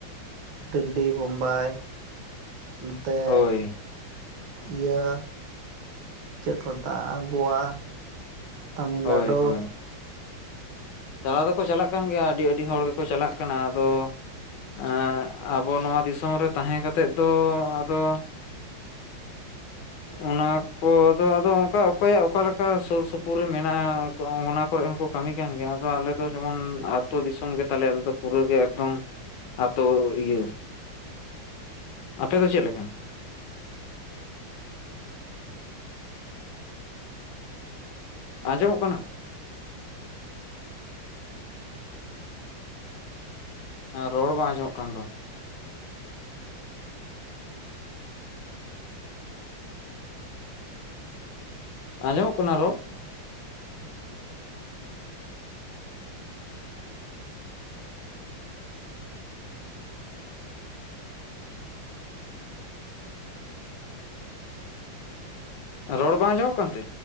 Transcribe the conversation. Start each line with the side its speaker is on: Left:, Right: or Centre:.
Right: ᱫᱤᱞᱞᱤ ᱵᱳᱢᱵᱟᱭ ᱱᱚᱛᱮ
Left: ᱦᱳᱭ
Right: ᱤᱭᱟᱹ ᱪᱮᱫ ᱠᱚ ᱢᱮᱛᱟᱜᱼᱟ ᱜᱳᱣᱟ ᱛᱟᱢᱤᱱᱞᱟᱰᱩ
Left: ᱦᱳᱭ ᱦᱳᱭ ᱪᱟᱞᱟᱣ ᱫᱚᱠᱚ ᱪᱟᱞᱟᱜ ᱠᱟᱱ ᱜᱮᱭᱟ ᱟᱹᱰᱤ ᱟᱹᱰᱤ ᱦᱚᱲ ᱜᱮᱠᱚ ᱪᱟᱞᱟᱜ ᱠᱟᱱᱟ ᱟᱫᱚ ᱮᱸᱜ ᱟᱵᱚ ᱱᱚᱣᱟ ᱫᱤᱥᱚᱢ ᱨᱮ ᱛᱟᱦᱮᱸ ᱠᱟᱛᱮᱫ ᱫᱚ ᱟᱫᱚ
Right: <inaudible>
Left: ᱚᱱᱟ ᱠᱚᱫᱚ ᱟᱫᱚ ᱚᱱᱠᱟ ᱚᱠᱚᱭᱟᱜ ᱚᱠᱟ ᱞᱮᱠᱟ ᱥᱩᱨ ᱥᱩᱯᱩᱨ ᱨᱮ ᱢᱮᱱᱟᱜᱼᱟ ᱚᱱᱟ ᱠᱚᱨᱮᱜ ᱦᱚᱸᱠᱚ ᱠᱟᱹᱢᱤ ᱠᱟᱱ ᱜᱮᱭᱟ ᱟᱞᱮ ᱫᱚ ᱡᱮᱢᱚᱱ ᱟᱹᱛᱩ ᱫᱤᱥᱚᱢ ᱜᱮ ᱛᱟᱞᱮ ᱟᱞᱮ ᱫᱚ ᱯᱩᱨᱟᱹᱜᱮ ᱮᱠᱫᱚᱢ ᱟᱹᱛᱳ ᱤᱭᱟᱹ ᱟᱯᱮ ᱫᱚ ᱪᱮᱫ ᱞᱮᱠᱟ ᱟᱸᱡᱚᱢᱚᱜ ᱠᱟᱱᱟ? ᱨᱚᱲ ᱵᱟᱝ ᱟᱸᱡᱚᱢᱚᱜ ᱠᱟᱱᱫᱚ᱾ ᱟᱸᱡᱚᱢᱼᱚᱜ ᱠᱟᱱᱟ ᱨᱚᱲ? ᱨᱚᱲ ᱵᱟᱝ ᱟᱸᱡᱚᱢᱼᱚᱜ ᱠᱟᱱᱛᱮ᱾